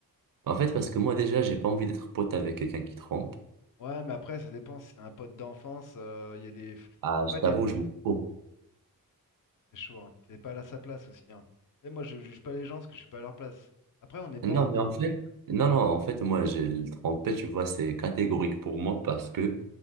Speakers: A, on the right; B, on the left.
A: En fait, parce que moi déjà, j'ai pas envie d'être pote avec quelqu'un qui trompe.
B: Ouais, mais après, ça dépend, si c'est un pote d'enfance, euh, il y a des.
A: Ah,
B: Après,
A: je
B: t'es
A: t'avoue, je m'en fous.
B: C'est chaud, hein. T'es pas à sa place aussi, hein. Tu sais, moi, je juge pas les gens parce que je suis pas à leur place. Après, on n'est pas
A: Non,
B: en bon.
A: mais en fait, non, non, en fait, moi, j'ai le trompé, tu vois, c'est catégorique pour moi parce que